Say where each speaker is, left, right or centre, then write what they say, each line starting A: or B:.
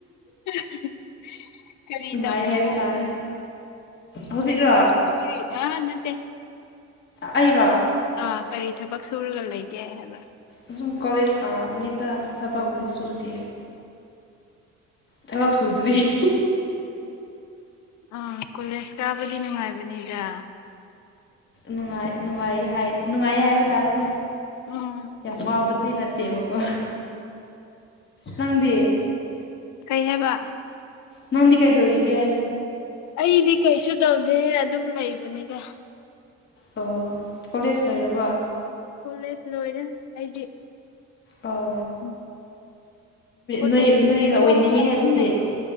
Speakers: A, on the left; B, on the left.
A: <unintelligible> ꯀꯔꯤ
B: ꯅꯨꯡꯉꯥꯏ
A: ꯇꯧꯔꯤꯅꯣ
B: ꯍꯥꯏꯕ ꯇꯥꯔꯦ ꯍꯧꯖꯤꯛꯔꯣ
A: ꯀꯔꯤ <unintelligible> ꯑ ꯅꯠꯇꯦ
B: ꯑꯩꯔꯣ
A: ꯑꯥ ꯀꯔꯤ ꯊꯕꯛ ꯁꯨꯔꯒ ꯂꯩꯒꯦ ꯍꯥꯏꯕ
B: ꯑꯁꯨꯝ ꯀꯣꯂꯦꯖ ꯀꯥꯕꯅꯤꯗ ꯊꯕꯛꯕꯨꯨꯗꯤ
A: ꯎꯝ
B: ꯁꯨꯗꯦ ꯊꯕꯛ ꯁꯨꯗ꯭ꯔꯤ
A: ꯑꯥ ꯀꯣꯂꯦꯖ ꯀꯥꯕꯗꯤ ꯅꯨꯡꯉꯥꯏꯕꯅꯤꯗ
B: ꯅꯨꯡꯉꯥꯏ ꯅꯨꯡꯉꯥꯏꯌꯦ ꯍꯥꯏ ꯅꯨꯡꯉꯥꯏꯌꯦ ꯍꯥꯏꯕ ꯇꯥꯔꯦ ꯐꯣꯏ
A: ꯎꯝ
B: ꯌꯥꯝꯃꯕꯨꯗꯤ ꯅꯠꯇꯦꯕꯀꯣ ꯅꯪꯗꯤ
A: ꯀꯩ ꯍꯥꯏꯕ
B: ꯅꯪꯗꯤ ꯀꯩ ꯇꯧꯔꯤꯒꯦ꯫
A: ꯑꯩꯗꯤ ꯀꯩꯁꯨ ꯇꯧꯗꯦ ꯑꯗꯨꯝ ꯂꯩꯕꯅꯤꯗ
B: ꯑꯣ ꯀꯣꯂꯦꯖ ꯂꯩꯔꯕ
A: ꯀꯣꯂꯦꯖ ꯂꯣꯏꯔꯦ ꯑꯩꯗꯤ
B: ꯑꯣ
A: ꯎꯝ ꯄꯨꯂꯤꯁ
B: ꯅꯣꯏ ꯅꯣꯏꯒ
A: ꯂꯩꯔꯒ
B: ꯑꯣꯏꯅꯤꯡꯉꯦꯍꯦ
A: ꯑꯗꯨꯝ
B: ꯑꯗꯨꯗꯤ
A: ꯂꯩ